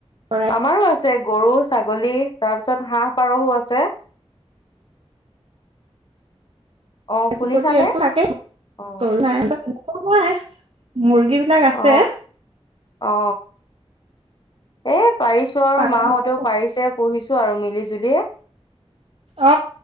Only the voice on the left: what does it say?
আমাৰো আছে গৰু-ছাগলী তাৰপাছত হাঁহ-পাৰসো আছে। অ শুনিছানে?
অ
অ অ এ পাৰিছো আৰু
মাহঁতেও
পাৰিছে পুহিছ আৰু মিলি জুলিয়ে।